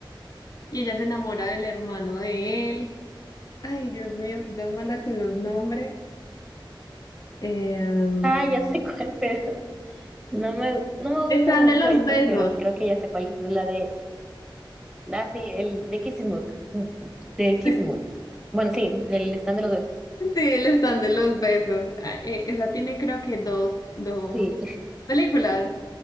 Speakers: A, on the left; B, in the centre.
A: y ella se enamora del hermano de él. Ay, Dios mío, soy tan mala con los nombres. Em,
B: ah, ya sé cuál, <laughs> pero no me, no me
A: están
B: gusta mucho
A: de los
B: esa
A: besos.
B: pero creo que ya sé cuál es la de, ah, sí, el de Kissimook, de Kissimook.
A: <laughs>
B: Bueno, sí, el stand de los besos.
A: Sí, el están de los besos. Ah, eh, esa tiene creo que dos, dos
B: Sí,
A: películas.